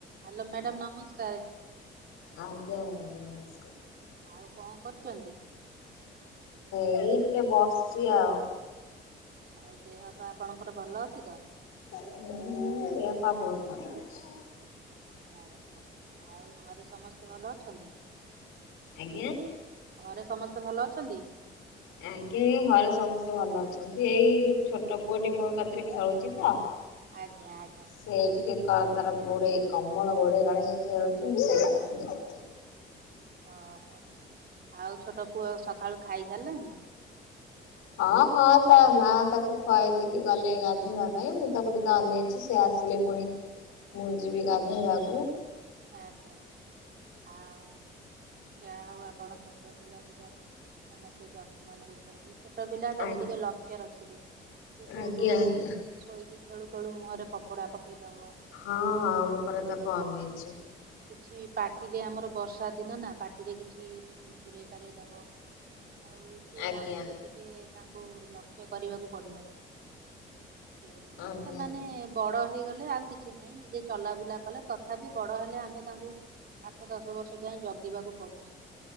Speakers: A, on the right (about 50°); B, on the left (about 90°).
A: ହ୍ୟାଲୋ ମ୍ୟାଡ଼ାମ ନମସ୍କାର
B: ଆଜ୍ଞା ଆଜ୍ଞା ନମସ୍କାର
A: ଆଉ କଣ କରୁଛନ୍ତି
B: ହେଇ ଟିକେ ବସିଛି ଆଉ
A: ଆଉ ଦେହପା ଆପଣଙ୍କର ଭଲ ଅଛି ତ
B: ହଁ ଦେପା ବହୁତ ଭଲ ଅଛି
A: ଆ ଆ୍ଞା ଆଉ ଘରେ ସମସ୍ତେ ଭଲ ଅଛନ୍ତି
B: ଆଜ୍ଞା
A: ଘରେ ସମସ୍ତେ ଭଲ ଅଛନ୍ତି
B: ଆଜ୍ଞା ଘରେ ସମସ୍ତେ ଭଲ ଅଛନ୍ତି ଏଇ ଛୋଟ ପୁଅଟି ମୋ କତିରେ ଖେଳୁଛି ତ
A: ଆଜ୍ଞା ଆଜ୍ଞା
B: ସେଇ ଟିକେ ତାର ଗୋଡେଇ କମଳ ଗୋଡେଇ ଗାଡେଇ ହେଇ ଖେଳୁଛି ମୁଁ ସେଇ ତାକୁ ଦେଖୁଛି
A: ଓହୋ ଆଉ ଛୋଟ ପୁଅ ସକାଳୁ ଖାଇ ସାରିଲାଣି
B: ହଁ ହଁ ତା ମା ତାକୁ ଖୁଆଇ ଦେଇକି ଗଲେ ଗାଧେଇବା ପାଇଁ ମୁଁ ତାକୁ ଟିକେ ଅନେଇଛି ସେ ଆସିଲେ ପୁଣି ମୁଁ ଯିବି ଗାଧେଇବାକୁ
A: ଆଜ୍ଞା ଆଉ ଯାହା ହଉ ଆପଣ ଛୋଟ ପିଲାଟିର ସମସ୍ତେ ଯତ୍ନ ନେଉଛନ୍ତି ଛୋଟ ପିଲା ତାକୁ
B: ଆଉ।
A: ଟିକେ ଲକ୍ଷ୍ୟ ରଖିବେ ସେ କୋଉଠୁ
B: ଆଜ୍ଞା ଆଜ୍ଞା।
A: ଶୋଇକି ଖେଳୁ ଖେଳୁ ମୁହରେ କପଡା ପକେଇଦବ
B: ହଁ ହଁ ମୁଁ ପରେ ତାକୁ ଅନେଇଛି
A: କିଛି ପାଟିରେ ଆମର ବର୍ଷା ଦିନ ନା ପାଟିରେ କିଛି ପୁରେଇ ପାରେଇ ଦବ ସିଏ
B: ଆଜ୍ଞା
A: ଆମକୁ ଟିକେ ତାଙ୍କୁ ଲକ୍ଷ୍ୟ କରିବାକୁ ପଡିବ। ସେମିତି
B: ଆଜ୍ଞା
A: ସେମାନେ
B: ଆଜ୍ଞା।
A: ବଡ଼ ହେଇଗଲେ ଆଉ କିଛି ନାହିଁ ନିଜେ ଚଲାବୁଲା କଲେ, ତଥାପି ବଡ଼ ହେଲେ ଆମେ ତାଙ୍କୁ ଆଠ ଦଶ ବର୍ଷ ଯାଏ ଜଗିବାକୁ ପଡୁଛି,